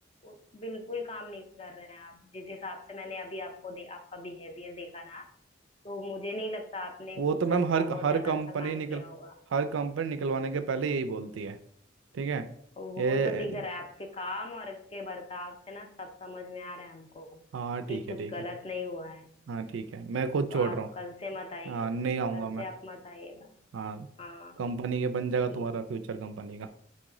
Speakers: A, on the left; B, on the right.
A: उ- बिल्कुल काम नहीं कर रहे हैं आप जिस हिसाब से मैंने अभी आपको दे, आपका बिहेवियर देखा ना तो मुझे नहीं लगता आपने
B: वो
A: कुछ
B: तो मैम
A: अच्छा
B: हर
A: बहुत
B: हर
A: ज्यादा
B: कंपनी
A: अच्छा काम
B: निकल
A: किया होगा
B: हर कंपनी निकलवाने के पहले यही बोलती है ठीक है
A: वो
B: ये
A: तो दिख रहा है आपके काम और आपके बर्ताव से ना सब समझ में आ रहा है हमको कि
B: हाँ ठीक है
A: कुछ
B: ठीक
A: गलत
B: है
A: नहीं हुआ है
B: हाँ ठीक है मैं खुद
A: तो
B: छोड़
A: आप
B: रहा हूँ
A: कल से मत आइएगा
B: हाँ नहीं आऊँगा
A: कल
B: मैं
A: से आप मत आइएगा
B: हाँ
A: हाँ
B: कंपनी के बन जाएगा
A: ठीक
B: तुम्हारा फ्यूचर कंपनी का